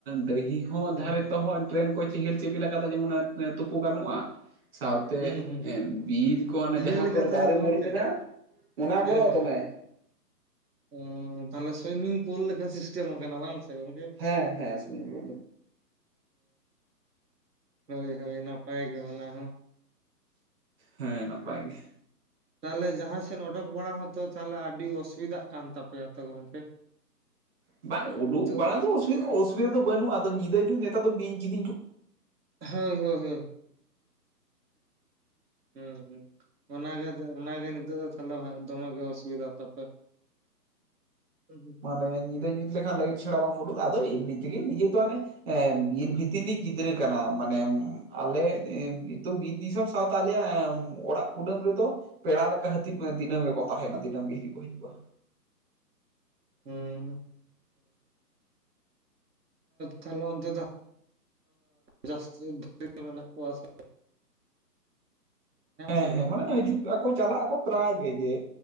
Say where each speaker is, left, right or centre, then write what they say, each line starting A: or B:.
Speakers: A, on the right (about 35°); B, on the right (about 75°).
A: ᱰᱟᱹᱦᱤ ᱦᱚᱸ
B: ᱦᱩᱸ
A: ᱫᱷᱟᱨᱮ ᱛᱮᱦᱚ ᱰᱨᱮᱱ ᱠᱚ ᱪᱮᱦᱮᱞ ᱪᱮᱯᱮᱞ ᱟᱠᱟᱫᱟ ᱡᱮᱢᱚᱱ <inaudible> ᱛᱳᱯᱳ ᱜᱟᱱᱚᱜᱼᱟ ᱾ ᱥᱟᱶᱛᱮ
B: ᱦᱩᱸ ᱦᱩᱸ
A: ᱮ ᱵᱤᱨ ᱠᱚ ᱚᱱᱮ
B: ᱤᱭᱟᱹ
A: ᱡᱟᱦᱟᱸ
B: ᱞᱮᱠᱟ
A: ᱠᱚᱨᱮ
B: ᱛᱟᱦᱞᱮ
A: ᱫᱟᱨᱮ
B: ᱜᱚᱝᱠᱮ
A: ᱱᱟᱹᱲᱤ ᱢᱮᱱᱟᱜᱼᱟ, ᱚᱱᱟ
B: ᱦᱮᱸ
A: ᱠᱚᱨᱮ ᱦᱚᱸ
B: ᱦᱮᱸ
A: ᱫᱚᱢᱮ
B: ᱦᱮᱸ
A: ᱾
B: ᱚ ᱛᱟᱦᱞᱮ ᱥᱩᱭᱢᱤᱝ ᱯᱩᱞ ᱞᱮᱠᱟ ᱥᱤᱥᱴᱮᱢ ᱟᱠᱟᱱᱟ ᱵᱟᱝ ᱥᱮ ᱜᱚᱝᱠᱮ!
A: ᱦᱮᱸ ᱦᱮᱸ ᱥᱩᱨᱡ ᱵᱚᱱᱫᱷᱩ
B: ᱦᱳᱭ ᱦᱳᱭ ᱱᱟᱯᱟᱭ ᱜᱮ ᱚᱱᱟ ᱦᱚᱸ
A: ᱦᱮᱸ ᱱᱟᱯᱟᱭ ᱜᱮ
B: ᱛᱟᱦᱚᱞᱮ ᱡᱟᱦᱟᱸᱥᱮᱱ ᱚᱰᱚᱠ ᱵᱟᱲᱟ ᱦᱚᱸᱛᱚ ᱛᱟᱦᱚᱞᱮ ᱟᱹᱰᱤ ᱚᱥᱩᱵᱤᱫᱟᱜ ᱠᱟᱱ ᱛᱟᱯᱮᱭᱟ ᱛᱚ ᱜᱚᱝᱠᱮ
A: ᱵᱟᱝ ᱩᱰᱩᱠ
B: ᱱᱤᱛᱚᱜ
A: ᱵᱟᱲᱟ ᱫᱚ ᱚᱥᱩᱵᱤᱫᱟ ᱫᱚ ᱵᱟᱹᱱᱩᱜᱼᱟ ᱟᱫᱚ ᱧᱤᱫᱟᱹ ᱧᱩᱛ ᱱᱮᱛᱟᱨ ᱫᱚ ᱵᱤᱧ ᱠᱤᱫᱤᱧ ᱠᱩ
B: ᱦᱳᱭ ᱦᱳᱭ ᱦᱳᱭ ᱦᱮᱸ ᱦᱮᱸ ᱚᱱᱟᱜᱮ ᱚᱱᱟᱜᱮ ᱱᱤᱛᱚᱜ ᱫᱚ ᱛᱟᱦᱚᱞᱮ ᱫᱚᱢᱮ ᱜᱮ ᱚᱥᱩᱵᱤᱫᱟ ᱛᱟᱯᱮ <unintelligible>
A: ᱢᱟᱱᱮ ᱧᱤᱫᱟᱹ ᱧᱩᱛ ᱞᱮᱠᱷᱟᱱ ᱞᱟᱭᱤᱴ ᱪᱷᱟᱲᱟ ᱵᱟᱢ ᱩᱰᱩ ᱟᱫᱚ ᱮᱢᱱᱤᱛᱮᱜᱤ ᱱᱤᱡᱮ ᱛᱚ ᱦᱟᱱᱮ ᱮᱸ ᱵᱤᱨ ᱵᱷᱤᱛᱤᱨᱱᱤᱜ ᱜᱤᱫᱽᱨᱟᱹ ᱠᱟᱱᱟᱢ ᱢᱟᱱᱮ ᱟᱞᱮ ᱵᱤᱨ ᱫᱤᱥᱚᱢ ᱛᱚ ᱛᱟ ᱟᱞᱮᱭᱟᱜ ᱚᱲᱟᱜ ᱠᱩᱰᱟᱹᱢ ᱨᱮᱫᱚ ᱯᱮᱲᱟ ᱞᱮᱠᱟ ᱦᱟᱹᱛᱤ ᱫᱤᱱᱟᱹᱢ ᱜᱮᱠᱚ ᱛᱟᱦᱮᱱᱟ ᱫᱤᱱᱟᱹᱢ ᱜᱮ ᱦᱤᱨᱤ ᱠᱚ ᱦᱤᱡᱩᱜᱼᱟ
B: ᱦᱩᱸ
A: <unintelligible>
B: ᱛᱟᱦᱞᱮ ᱚᱱᱛᱮ ᱫᱚ ᱡᱟᱹᱥᱛᱤ ᱵᱷ ᱢᱮᱱᱟᱜ ᱠᱚᱣᱟ ᱥᱮ
A: <unintelligible> ᱦᱮᱸ
B: ᱥᱮ ᱜᱚᱝᱠᱮ?
A: ᱦᱮᱸ ᱢᱟᱱᱮ ᱦᱤᱡᱩᱜ ᱟᱠᱚ ᱪᱟᱞᱟᱜ ᱟᱠᱚ ᱯᱨᱟᱭ ᱜᱮ ᱡᱮ